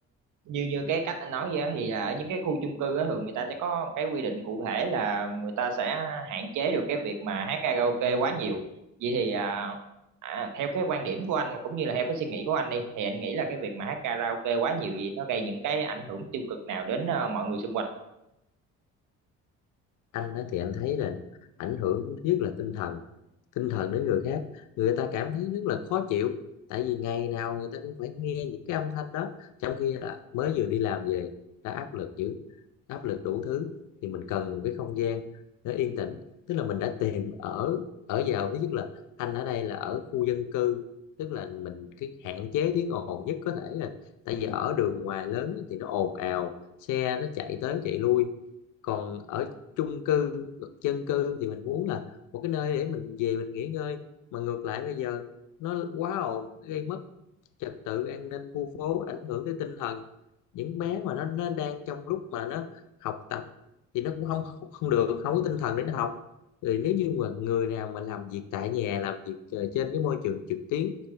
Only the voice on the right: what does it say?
như như cái cách anh nói vậy á, thì là ở những cái khu chung cư á thường người ta sẽ có cái quy định cụ thể là người ta sẽ hạn chế được cái việc mà hát karaoke quá nhiều vậy thì à, à, theo cái quan điểm của anh và cũng như là theo cái suy nghĩ của anh đi thì anh nghĩ là cái việc mà hát karaoke quá nhiều vậy nó gây những cái ảnh hưởng tiêu cực nào đến ờ, mọi người xung quanh